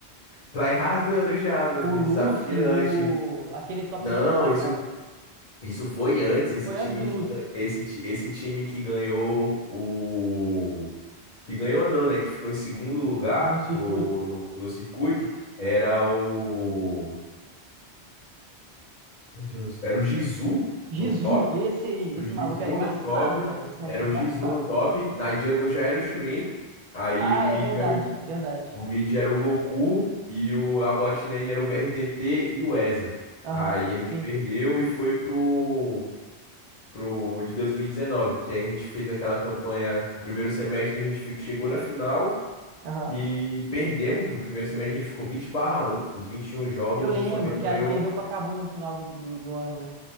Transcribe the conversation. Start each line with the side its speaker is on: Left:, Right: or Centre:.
Left: tryhardando já, mano,
Right: O
Left: no
Right: Lucy,
Left: desafiante.
Right: o... aquele top
Left: Não,
Right: laner lá,
Left: isso,
Right: cara,
Left: isso foi antes, esse
Right: foi
Left: time
Right: antes do
Left: que,
Right: Lucy,
Left: gan- esse, ti- esse time que ganhou o... Que ganhou não, né? Que ficou em segundo lugar
Right: no circuito.
Left: no, no, no circuito. Era o... Meu Deus, era o Jizu
Right: Jizu,
Left: no top.
Right: esse aí,
Left: Era
Right: esse
Left: o Jizu
Right: maluco era embaçado,
Left: no top.
Right: velho. Esse maluco
Left: Era
Right: era
Left: o
Right: embaçado.
Left: Jizu no top. Na jungle já era o Shrimp. Aí
Right: Ah,
Left: o mid
Right: é verdade,
Left: era o
Right: verdade.
Left: O mid era o Goku e o, a bot lane era o BRTT e o EZA.
Right: Aham,
Left: Aí a gente
Right: sim.
Left: perdeu e foi pro, pro de 2019, que aí a gente fez aquela campanha. No primeiro semestre a gente ficou, chegou na final
Right: Aham.
Left: e perdemos. No primeiro semestre a gente ficou 20 barra 1. Os 21 jogos
Right: Eu lembro
Left: o Flamengo
Right: que
Left: ganhou.
Right: aí perdeu pra Kabum no final do, do, do ano, né?